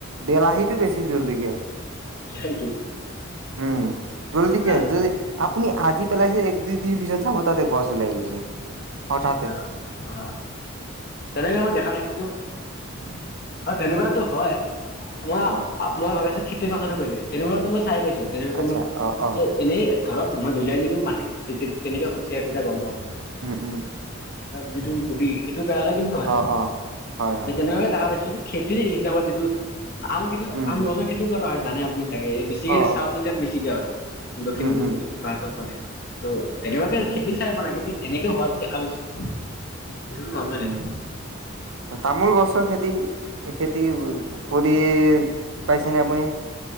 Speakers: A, on the right (about 75°); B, on the left (about 45°).
A: বিলাহীটো বেছি জল্দি কি হয়।
B: সেইটো।
A: উম জল্দি কি
B: আহ
A: আ যদি। আপুনি আজি পেলাইছে এক দুইদিন পিছত চাব তাতে গছ ওলাই গৈছে। হঠাতে
B: আছা অ, তেনেকে মই দেখা নাই কিন্তু।
A: উম
B: তেনেকুৱ টো হয়, মই
A: অ
B: মই ভাবিছো খেতিৰ কাছো কৈছ তেনেকুৱো মই চাই পাইছো। তেনেক
A: আচ্ছা
B: ম,
A: অ অ
B: এনেই ধৰক মই ধুলিয়াই দিলো মাটিত তেনেকে হৈছে, আৰু তেতিয়া গম পা।
A: উম উম।
B: যিটো গুটি সেইটো পেলালে কিন্তু হয়,
A: অ অ হয় হয়
B: যে তেনেকে দেখা পাইছ। খেতিৰ হিচাপত যিটো। আম খেতি
A: উম
B: আম
A: উম
B: গছৰ খেতিও কৰা হয় জানে আপুনি চাগে বেছিকে
A: অ
B: চাউথ ইণ্ডিয়াত বেছিকে হয়। দক্ষিণ
A: উম উম
B: দক্ষিণ ভাৰতৰ ফালে ত' তেনেকুৱাকে
A: উম
B: খেতি চাইব নাই কিন্তু এনেকে হল দেখা পাইছো। এইটো নৰ্মেলে
A: উম উ উ, তামোল গছৰ খেতি খেতি কৰ খেতি পাইছে নে আপুনি